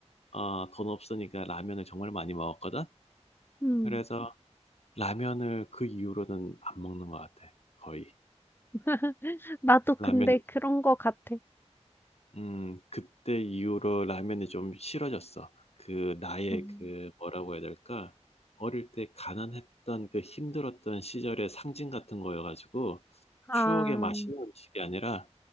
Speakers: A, on the left; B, on the left.
A: 어, 돈 없으니까 라면을 정말 많이 먹었거든?
B: 음.
A: 그래서 라면을 그 이후로는 안 먹는 것 같아. 거의.
B: <laughs> 나도
A: 라면이,
B: 근데 그런 거 같아.
A: 음, 그때 이후로 라면이 좀 싫어졌어. 그 나의
B: 음.
A: 그 뭐라고 해야 될까? 어릴 때 가난했던 그 힘들었던 시절의 상징 같은 거여가지고
B: 아,
A: 추억의 맛있는 음식이 아니라